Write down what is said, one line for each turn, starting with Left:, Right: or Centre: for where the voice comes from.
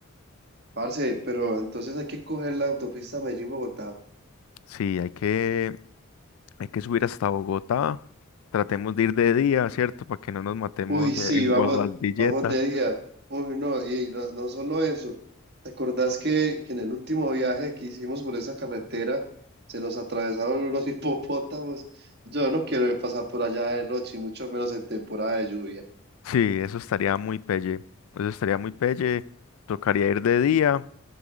Right: Parce, pero entonces hay que coger la autopista Medellín-Bogotá.
Left: Sí, hay que, Hay que subir hasta Bogotá. Tratemos de ir de día, ¿cierto? Para que no nos matemos
Right: Uy,
Left: de-
Right: sí,
Left: en
Right: vamos,
Left: Guadalvilleta.
Right: vamos de día. Uy, no, y no, no solo eso. ¿Te acordás que, que en el último viaje que hicimos por esa carretera se nos atravesaron unos <laughs> hipopótamos? Yo no quiero pasar por allá de noche, y mucho menos en temporada de lluvia.
Left: Sí, eso estaría muy pelle. Eso estaría muy pelle. Tocaría ir de día.